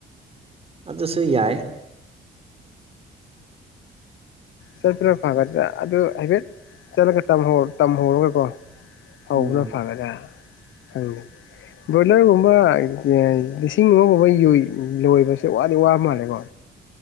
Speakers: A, on the right; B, on the left.
A: ꯑꯗꯨꯁꯨ ꯌꯥꯏ
B: ꯆꯠꯄꯅ ꯐꯒꯗ꯭ꯔ ꯑꯗꯨ ꯍꯥꯏꯐꯦꯠ ꯆꯠꯂꯒ ꯇꯝꯍꯧꯔꯒꯀꯣ ꯇꯧꯕꯅ
A: ꯎꯝ
B: ꯐꯒꯗꯔ ꯈꯪꯗꯦ ꯕ꯭ꯔꯣꯏꯂꯔꯒꯨꯝꯕ ꯂꯤꯁꯤꯡ ꯑꯃꯒꯨꯝꯕ ꯂꯣꯏꯕꯁꯦ ꯋꯥꯗꯤ ꯋꯥ ꯃꯥꯜꯂꯦꯀꯣ